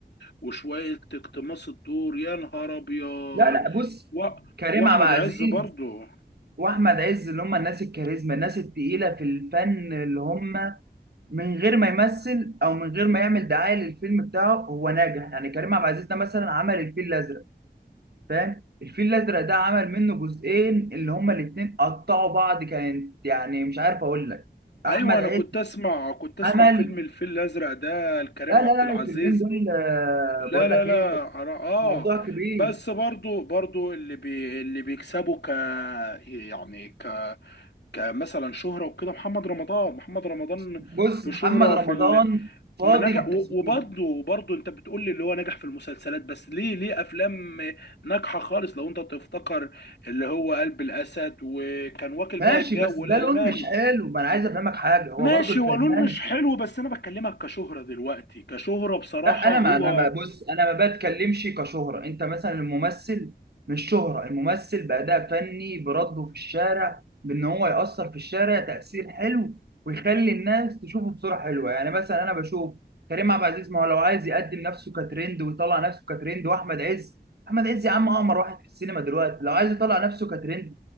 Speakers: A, on the left; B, on the right.
A: وشوية اقتماص الدور يا نهار أبيض
B: لا لا بص
A: و...
B: كريم
A: وأحمد
B: عبد العزيز
A: عز برضه
B: واحمد عز اللي هم الناس الكاريزما الناس التقيله في الفن اللي هم من غير ما يمثل او من غير ما يعمل دعايه للفيلم بتاعه هو ناجح يعني كريم عبد العزيز ده مثلا عمل الفيل الازرق فاهم الفيل الازرق ده عمل منه جزئين اللي هما الاتنين قطعوا بعض كانت يعني مش عارف اقول لك احمد
A: أيوة أنا
B: عز
A: كنت أسمع كنت أسمع
B: عمل
A: فيلم الفيل الأزرق ده لكريم
B: لا
A: عبد
B: لا لا
A: العزيز
B: الفيلمين دول آه، بقول
A: لا لا
B: لك
A: لا
B: ايه
A: على- اه
B: موضوع كبير
A: بس برضو برضو اللي بي اللي بيكسبوا ك يعني ك كمثلا شهرة وكده محمد رمضان محمد رمضان
B: بص
A: في
B: محمد
A: شهرة
B: رمضان
A: في ال...
B: فاضي
A: ما نجح
B: للتسويق
A: و- وبرضه وبرضه انت بتقول لي اللي هو نجح في المسلسلات بس ليه ليه افلام ناجحة خالص لو انت تفتكر اللي هو قلب الاسد وكان واكل بقى
B: ماشي
A: الجو
B: بس
A: والالماني
B: ده لون مش حلو ما انا عايز افهمك حاجه هو
A: ماشي
B: برضو الفنان
A: ولول مش حلو بس انا بكلمك كشهرة دلوقتي كشهرة بصراحة
B: لا انا
A: هو
B: ما انا ما- بص انا ما بتكلمش كشهره انت مثلا الممثل مش شهره الممثل باداء فني برده في الشارع بان هو ياثر في الشارع تاثير حلو ويخلي الناس تشوفه بصوره حلوه يعني مثلا انا بشوف كريم عبد العزيز ما هو لو عايز يقدم نفسه كترند ويطلع نفسه كترند واحمد عز احمد عز يا عم اقمر واحد في السينما دلوقتي لو عايز يطلع نفسه كترند